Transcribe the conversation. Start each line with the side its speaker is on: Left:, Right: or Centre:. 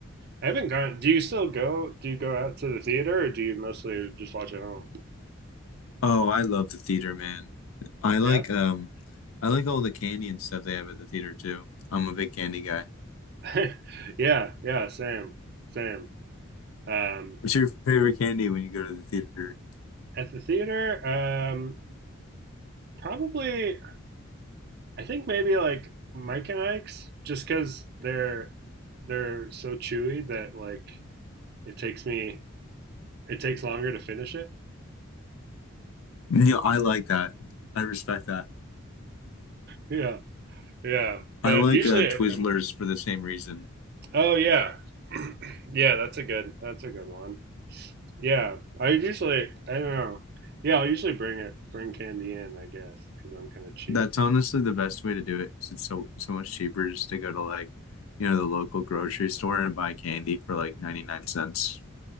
Right: I haven't gone. Do you still go? Do you go out to the theater, or do you mostly just watch at home?
Left: Oh, I love the theater, man. I like
Right: Yeah,
Left: um I like all the candy and stuff they have at the theater too. I'm a big candy guy.
Right: <laughs> yeah, yeah. Same, same. Um,
Left: What's your favorite candy when you go to the theater?
Right: at the theater, um, probably. I think maybe like Mike and Ike's, just because they're they're so chewy that like it takes me it takes longer to finish it.
Left: You I like that. I respect that.
Right: Yeah, yeah.
Left: I
Right: But
Left: like
Right: usually,
Left: uh Twizzlers
Right: I mean,
Left: for the same reason.
Right: oh yeah, <clears throat> yeah. That's a good that's a good one. Yeah, I usually I don't know. Yeah, I'll usually bring it bring candy in, I guess, because I'm kind of cheap.
Left: That's honestly the best way to do it because it's so so much cheaper just to go to like, you know, the local grocery store and buy candy for like 99 cents.